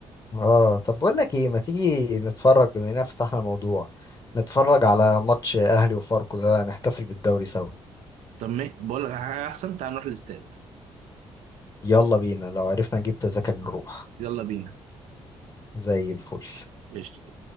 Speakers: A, on the left (about 30°); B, on the right (about 75°).
A: اه طب بقول لك ايه ما تيجي نتفرج بما اننا فتحنا الموضوع نتفرج على ماتش اهلي وفاركو ده نحتفل بالدوري سوا
B: طب ما بقول لك على حاجه احسن تعال نروح الاستاد
A: يلا بينا لو عرفنا نجيب تذاكر نروح
B: يلا بينا
A: زي الفل
B: قشطة